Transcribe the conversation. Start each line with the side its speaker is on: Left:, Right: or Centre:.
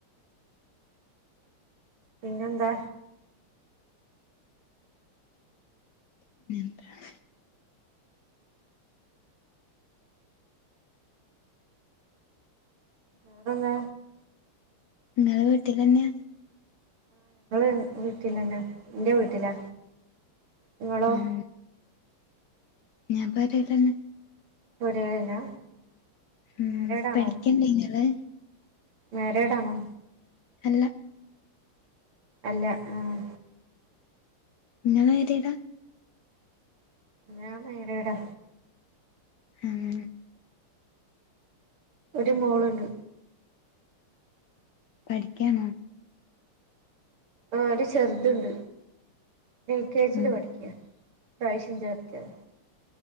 Right: പിന്നെന്താ
Left: എന്താ
Right: വേറെന്താ
Left: ഇങ്ങള് വീട്ടിലെന്നെ
Right: ഓഹ് വീട്ടിലെന്നെ ന്റെ വീട്ടിലാ ഇങ്ങളോ
Left: ഊം ഞാൻ പൊരേലന്നെ
Right: പോരേലന്നാ
Left: ഉം
Right: മാരീഡാണോ
Left: പഠിക്ക്ണ്ടോ ഇങ്ങള്
Right: മാരേഡാണോ
Left: അല്ല
Right: അല്ല ആഹ്
Left: ഇങ്ങള് മേരീഡാ
Right: ഞാൻ മാരീഡാ
Left: ആഹ്
Right: ഒരു മോളുണ്ട്
Left: പഠിക്കാണോ
Right: ആ ഒരു ചെറുതുണ്ട് എൽ കെ ജില്
Left: ഉം
Right: പഠിക്ക ഇപ്രാവശ്യം ചേർത്ത്യത